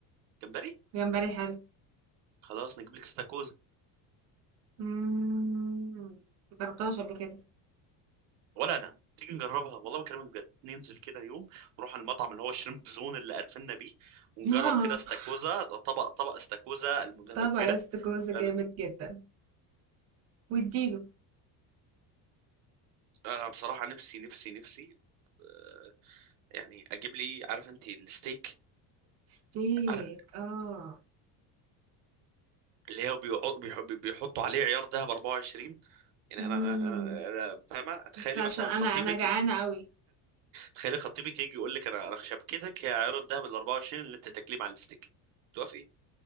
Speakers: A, on the right; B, on the right.
A: جمبري
B: جمبري حلو
A: خلاص نجيب لك استاكوزا
B: مم، مجربتهاش قبل كده
A: ولا انا تيجي نجربها والله بكلمك بجد ننزل كده يوم نروح على المطعم اللي هو شريمب زون اللي عرفنا بيه ونجرب
B: <laughs>
A: كده استاكوزا طبق طبق استاكوزا المتفجره
B: طبق استكوزة جامد
A: انا
B: جدا واديله
A: انا بصراحه نفسي نفسي نفسي آه، يعني اجيب لي عارف انت الستيك
B: ستيك
A: عار-
B: اه
A: اللي هو بيعو- بيحب- بيحطوا عليه عيار ذهب 24 يعني
B: مم.
A: انا انا, أنا فاهمه تخيلي
B: بس عشان
A: مثلا
B: انا
A: خطيبك
B: انا جعانه قوي
A: تخيلي خطيبك يجي يقول لك انا انا شبكتك هي عيار الذهب ال 24 اللي انت تاكليه مع الستيك توافقي